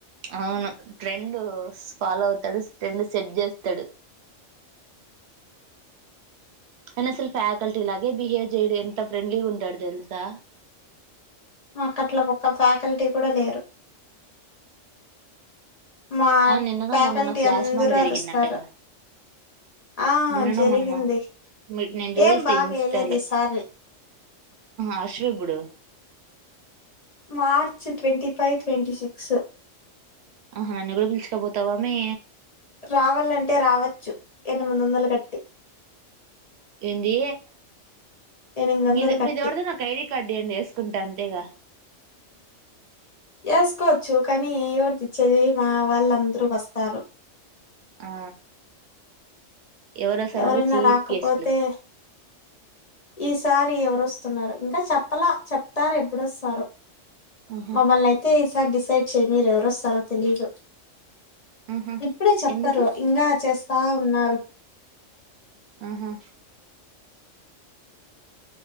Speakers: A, on the right (about 65°); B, on the left (about 35°).
A: అవును ట్రెండ్ ఫాలో అవుతాడు ట్రెండ్ సెట్ చేస్తాడు ఆయన అసలు ఫ్యాకల్టీ లాగే బిహేవ్ చేయడు ఎంత ఫ్రెండ్లీగా ఉంటాడు తెలుసా
B: మాకు అట్ల ఒక్క ఫ్యాకల్టీ కూడా లేరు మా
A: అవును నిన్ననో
B: ఫ్యాకల్టీ
A: మొన్ననో ఫ్లాష్
B: అందరూ
A: మామ్ జరిగిందంటగా
B: అరుస్తారు ఆ
A: నిన్ననో
B: జరిగింది
A: మొన్ననో నేను చూస్తి
B: ఏం బాగా
A: ఇన్స్టా
B: వేయలేదు
A: లో
B: ఈసారి
A: ఆశు అప్పుడు
B: March twenty five twenty six
A: ఆహా నన్ను కూడా పిలుచుకపోతావామె
B: రావాలంటే రావచ్చు ఎనిమిది వందలు కట్టి
A: ఏంది
B: ఎనిమిది వందలు
A: మీది
B: కట్టి
A: మీది ఎవరితే నాకు ఐడి కార్డు ఇయ్యాండి వేసుకుంట అంతేగా
B: వేసుకోవచ్చు కానీ ఎవరికి ఇచ్చేది మా వాళ్ళందరూ వస్తారు
A: ఆ ఎవరో స్థానరు
B: ఎవరైనా
A: చీఫ్
B: రాకపోతే
A: గెస్ట్లు
B: ఈసారి ఎవరుొస్తున్నారు ఇంకా చెప్పలా చెప్తారు ఎప్పుడొస్తారో
A: ఆహా
B: మమ్మల్నియితే ఈసారి డిసైడ్ చేయ్యనివ్వరు ఈసారి ఎవరొస్తారో తెలియదు
A: ఆహా
B: ఇప్పుడే చెప్పరు
A: ఎందుకు
B: ఇంకా చేస్తా ఉన్నారు
A: ఆహా